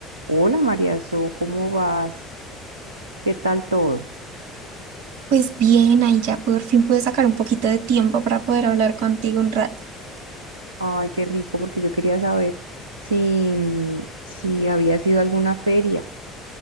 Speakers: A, on the right; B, on the right.
A: Hola María So, ¿cómo vas? ¿Qué tal todo?
B: Pues bien, ahí ya por fin pude sacar un poquito de tiempo para poder hablar contigo un rato.
A: Ay, qué rico, porque yo quería saber si, mm, si había sido alguna feria,